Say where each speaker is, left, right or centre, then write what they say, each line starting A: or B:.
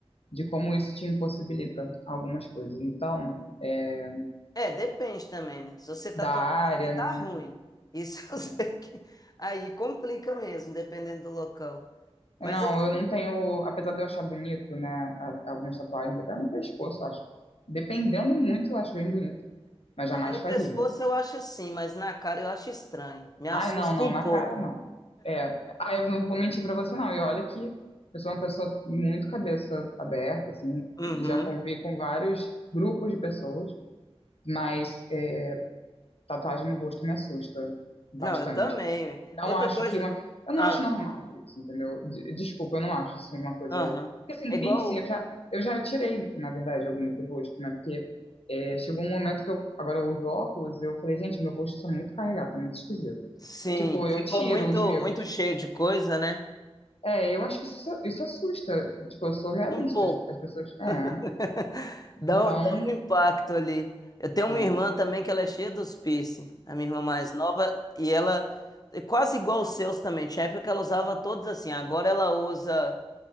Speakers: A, on the left; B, on the left.
A: de como isso te impossibilita algumas coisas. Então, eh,
B: É, depende também, né? Se você tatuar
A: da área,
B: a cara, dá
A: né?
B: ruim. Isso <laughs> eu
A: É.
B: sei que... Aí complica mesmo, dependendo do local. Mas
A: Não,
B: assim,
A: eu não tenho. Apesar de eu achar bonito, né? a- Algumas tatuagens, até no pescoço, eu acho. Dependendo muito, eu acho bem bonito, mas jamais
B: é, no
A: faria.
B: pescoço eu acho assim, mas na cara eu acho estranho. Me assusta
A: Ai, não, não,
B: um
A: na
B: pouco.
A: cara não. É, ah, eu não vou mentir pra você não. E olha que eu sou uma pessoa muito cabeça aberta, assim,
B: Uhum.
A: já convivi com vários grupos de pessoas, mas é, Tatuagem no rosto me assusta bastante.
B: Não, eu também. ué.
A: Não
B: Outra
A: acho
B: coisa...
A: que uma. Eu
B: Ah,
A: não acho normal isso, entendeu? De- Desculpa, eu não acho isso uma coisa.
B: aham.
A: Porque assim,
B: É igual...
A: piercing, eu já, eu já tirei, na verdade, alguns do rosto, né? Porque é, chegou um momento que eu. Agora eu uso óculos e eu falei, gente, meu rosto está muito carregado, tá muito esquisito.
B: Sim,
A: Tipo,
B: ficou
A: eu tiro
B: muito
A: os meus.
B: muito cheio de coisa, né?
A: É, eu acho que isso, isso assusta. Tipo, eu sou realista.
B: Um pouco.
A: As, as pessoas. É.
B: <laughs> Dá,
A: Então.
B: um- dá um impacto ali. Eu tenho uma
A: É.
B: irmã também que ela é cheia dos piercing, a minha irmã mais nova, e ela é quase igual os seus também. Tinha época que ela usava todos assim, agora ela usa